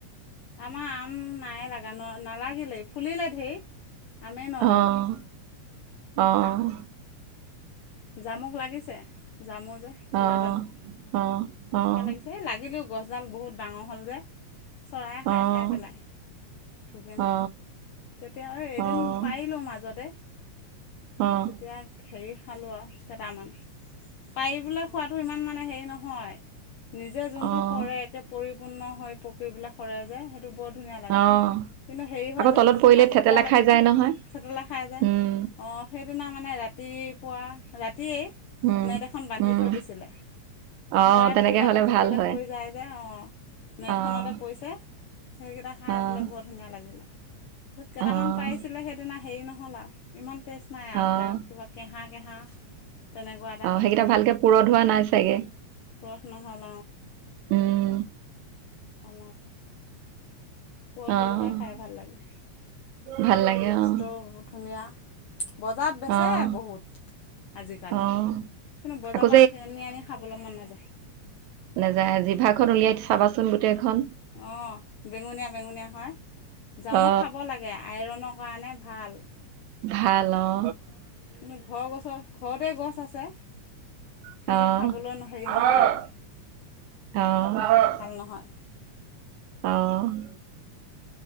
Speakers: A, on the left; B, on the right.
A: আমাৰ আম নাই লাগা ন নালাগিলেই ফুলিলে ঢেৰ। আমে নৰলে।
B: অ', অ'
A: জামুক লাগিছে। জামু যে, কোলা
B: অ',
A: জামু,
B: অ', অ', অ',
A: সেয়া লাগিছে এ লাগিলেও গছ ডাল বহুত ডাঙৰ হ'ল যে চৰাই খাই
B: অ',
A: খাই পেলায়। থোকে
B: অ',
A: নাপায় কেতিয়া এদিন
B: অ',
A: পাৰিলোঁ মাজতে।
B: অ',
A: তেতিয়া হেৰি খালোঁ আৰু কেইটামান। পাৰি বোলে খোৱাটো ইমান মানে হেৰি নহয়। নিজে যোনটো
B: অ',
A: সৰে একে পৰিপূৰ্ণ হৈ পকি পিলে সৰে যায় সেইটো বহুত ধুনীয়া লাগে।
B: অ',
A: কিন্তু হেৰি
B: আকৌ
A: হয় যে,
B: তলত পৰিলে
A: মাটিত
B: থেতেলা
A: পোৱাৰ
B: খাই
A: লগতে
B: যায় নহয়।
A: থেতেলা খাই যায়। অ'
B: উম,
A: সেইদিনা মানে ৰাতিপুৱা ৰাতি। ৰাতিয়েই
B: উম,
A: নেট এখন বান্ধি
B: উম,
A: থৈ দিছিলে।
B: অ',
A: চৰাই
B: তেনেকে
A: পৰিলে
B: হ'লে
A: আকৌ পকিলে
B: ভাল হয়।
A: হৈ যায় যে অ' নেটখনতে
B: অ',
A: পৰিছে। সেইকেইটা খাই
B: অ',
A: বোলে বৰ ধুনীয়া লাগিলে। কেইটামান
B: অ',
A: পাৰিছিলে সেইদিনা হেৰি নহল আৰু ইমান টেষ্ট নাই আৰু
B: অ',
A: কিবা কেহা। কেহা তেনেকুৱা এটা
B: অ'
A: হেৰি
B: সেইকেইটা
A: আহে
B: ভালকে পূৰঠ হোৱা নাই চাগে?
A: পুৰঠ নহ'ল
B: উম,
A: অ পূৰঠ
B: অ',
A: হ'লেহে খাই ভাল লাগে।
B: ভাল লাগে
A: ট্ৰেষ্টটো
B: অ',
A: ধুনীয়া। বজাৰত বেচে
B: অ',
A: বহুত। আজিকালি
B: অ',
A: কিন্তু বজাৰ
B: আকৌ
A: পা আগ আনি খাবলে মন নাযায়।
B: নেযায়--জিভাখন উলিয়াই চাবাচোন গোটেইখন।
A: অ', বেঙুনীয়া-বেঙুনীয়া হয়, জামক
B: অ
A: খাব লাগে আইৰণৰ কাৰণে। মানে ভাল।
B: ভাল অ,
A: কিন্তু ঘৰৰ গছৰ, ঘৰতে গছ আছে।
B: অ',
A: কিন্তু খাবলৈ হেৰি নহয়
B: <unintelligible>
A: আৰু
B: অ,
A: ভাল নহয়
B: অ',